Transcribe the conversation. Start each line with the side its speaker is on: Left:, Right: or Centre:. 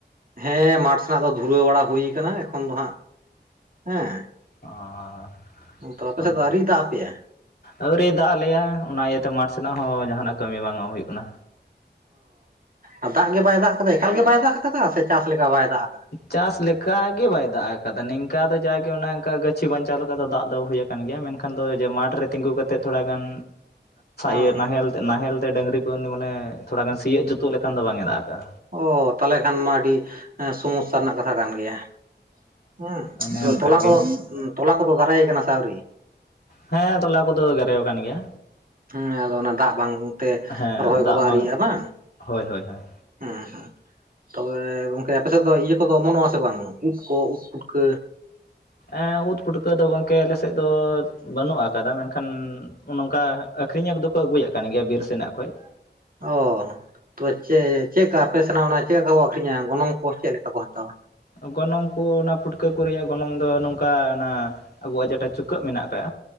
Right: ᱦᱮᱸ ᱢᱟᱴᱷ ᱥᱮᱱᱟᱜ ᱫᱚ ᱫᱷᱩᱨᱟᱹᱣ ᱵᱟᱲᱟ ᱦᱩᱭ ᱟᱠᱟᱱᱟ ᱮᱠᱷᱚᱱ ᱫᱚ ᱦᱟᱜ ᱦᱮᱸ
Left: <unintelligible>
Right: ᱛᱚ ᱟᱯᱮ
Left: ᱢᱟᱱᱮ
Right: ᱥᱮᱫ ᱫᱚ ᱟᱹᱣᱨᱤ ᱫᱟᱜ ᱟᱯᱮᱭᱟ?
Left: ᱟᱹᱣᱨᱤᱭ ᱫᱟᱜ ᱟᱞᱮᱭᱟ ᱚᱱᱟ ᱤᱭᱟᱹᱛᱮ ᱢᱟᱴᱷ ᱥᱮᱱᱟᱜ ᱦᱚᱸ ᱡᱟᱦᱟᱱᱟᱜ ᱠᱟᱹᱢᱤ ᱵᱟᱝ ᱦᱩᱭᱩᱜ ᱠᱟᱱᱟ
Right: ᱚᱻ ᱫᱟᱜ ᱜᱮ ᱵᱟᱭ ᱫᱟᱜ ᱟᱠᱟᱫᱟ ᱮᱠᱟᱞ ᱜᱮ ᱵᱟᱭ ᱫᱟᱜ ᱟᱠᱟᱫᱟ ᱥᱮ ᱪᱟᱥ ᱞᱮᱠᱟ ᱵᱟᱭ ᱫᱟᱜ ᱟᱠᱟᱫᱟ
Left: ᱪᱟᱥ ᱞᱮᱠᱟ ᱜᱮ ᱵᱟᱭ ᱫᱟᱜ ᱟᱠᱟᱫᱟ ᱱᱤᱝᱠᱟ ᱫᱚ ᱡᱟᱜᱮ ᱚᱱᱠᱟ ᱜᱟᱹᱪᱷᱤ ᱵᱟᱧᱪᱟᱣ ᱞᱮᱠᱟ ᱫᱚ ᱫᱟᱜ ᱫᱚ ᱦᱩᱭ ᱟᱼᱼ ᱠᱟᱱ ᱜᱮᱭᱟ ᱢᱮᱱᱠᱷᱟᱱ ᱫᱚ ᱡᱮ ᱢᱟᱴᱷ ᱨᱮ ᱛᱤᱸᱜᱩ ᱠᱟᱛᱮ ᱛᱷᱚᱲᱟ ᱜᱟᱱ
Right: ᱦᱚᱸ
Left: ᱤᱭᱟᱹ ᱱᱟᱦᱮᱞ ᱱᱟᱦᱮᱞ ᱛᱮ ᱰᱟᱹᱝᱨᱤ ᱠᱚ ᱩᱱᱤ ᱢᱟᱱᱮ ᱛᱷᱚᱲᱟ ᱜᱟᱱ ᱥᱤᱭᱩᱜ ᱡᱩᱛᱩᱜ ᱞᱮᱠᱷᱟᱱ ᱫᱚ ᱵᱟᱝ ᱮ ᱫᱟᱜ ᱟᱠᱟᱜᱼᱟ
Right: ᱚᱻ ᱛᱟᱦᱚᱞᱮ ᱠᱷᱟᱱ ᱢᱟ ᱟᱹᱰᱤ ᱥᱚᱢᱚᱥᱥᱟ ᱨᱮᱱᱟᱜ ᱠᱟᱛᱷᱟ ᱠᱟᱱ ᱜᱮᱭᱟ ᱦᱮᱸ
Left: ᱚᱱᱮ
Right: ᱛᱚᱵᱮ
Left: ᱚᱱᱠᱟ
Right: ᱛᱚᱞᱟ
Left: ᱜᱮ
Right: ᱫᱚ ᱛᱚᱞᱟ ᱠᱚᱫᱚ ᱫᱟᱨᱮ ᱟᱠᱟᱱᱟ ᱥᱮ ᱟᱹᱣᱨᱤ
Left: ᱦᱮᱸ ᱛᱚᱞᱟ ᱠᱚᱫᱚ ᱫᱟᱨᱮ ᱟᱠᱟᱱ ᱜᱮᱭᱟ
Right: ᱦᱮᱸ ᱟᱫᱚ ᱚᱱᱟ ᱫᱟᱜ ᱵᱟᱝ ᱛᱮ
Left: ᱦᱮᱸ
Right: ᱨᱚᱦᱚᱭ
Left: ᱫᱟᱜ
Right: ᱠᱚᱫᱚ ᱟᱹᱣᱨᱤᱭᱟᱜᱼᱟ ᱵᱟᱝ
Left: ᱦᱳᱭ ᱦᱳᱭ ᱦᱳᱭ
Right: ᱦᱮᱸ ᱦᱮᱸ ᱛᱚᱵᱮ ᱜᱚᱝᱠᱮ ᱟᱯᱮ ᱥᱮᱫ ᱫᱚ ᱤᱭᱟᱹ ᱠᱚᱫᱚ ᱚᱢᱚᱱᱚᱜ ᱟᱥᱮ ᱵᱟᱝ ᱩᱫ ᱠᱚ ᱩᱫ ᱯᱩᱴᱠᱟᱹ
Left: ᱮᱸᱻ ᱩᱫ ᱯᱩᱴᱠᱟᱹ ᱫᱚ ᱜᱚᱢᱠᱮ ᱟᱞᱮ ᱥᱮᱫ ᱫᱚ ᱵᱟᱹᱱᱩᱜ ᱟᱠᱟᱫᱟ ᱢᱮᱱᱠᱷᱟᱱ ᱱᱚᱝᱠᱟ ᱟᱹᱠᱷᱨᱤᱧᱚᱜ ᱫᱚᱠᱚ ᱟᱹᱜᱩᱭᱮᱫ ᱠᱟᱱ ᱜᱮᱭᱟ ᱵᱤᱨ ᱥᱮᱱᱟᱜ ᱠᱷᱚᱱ
Right: ᱚᱻ ᱛᱚ ᱪᱮᱫ ᱪᱮᱫ ᱞᱮᱠᱟ ᱟᱯᱮ ᱥᱮᱱᱟᱜ ᱚᱱᱟ ᱪᱮᱫ ᱞᱮᱠᱟ ᱠᱚ ᱟᱹᱠᱷᱨᱤᱧᱟ ᱜᱚᱱᱚᱝ ᱠᱚ ᱪᱮᱫ ᱞᱮᱠᱟ ᱠᱚ ᱦᱟᱛᱟᱣᱟ
Left: ᱜᱚᱱᱚᱝ ᱠᱚ ᱚᱱᱟ ᱯᱷᱩᱴᱠᱟᱹ ᱠᱚ ᱨᱮᱭᱟᱜ ᱜᱚᱱᱚᱝ ᱫᱚ ᱱᱚᱝᱠᱟᱱᱟ ᱟᱵᱚᱣᱟᱜ ᱡᱮᱴᱟ ᱪᱩᱠᱟᱹᱜ ᱢᱮᱱᱟᱜ ᱟᱠᱟᱫᱟ